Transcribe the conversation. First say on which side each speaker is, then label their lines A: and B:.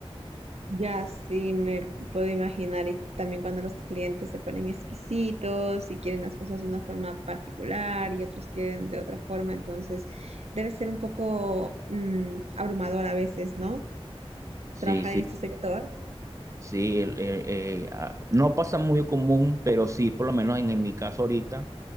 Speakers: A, on the right; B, on the right.
A: Ya, sí, me puedo imaginar. Y también cuando los clientes se ponen exquisitos y quieren las cosas de una forma particular y otros quieren de otra forma, entonces debe ser un poco mm, abrumador a veces, ¿no?
B: Sí,
A: Trabajar
B: sí.
A: en este sector.
B: Sí, el- eh, eh, ah, no pasa muy común, pero sí, por lo menos en, en mi caso ahorita,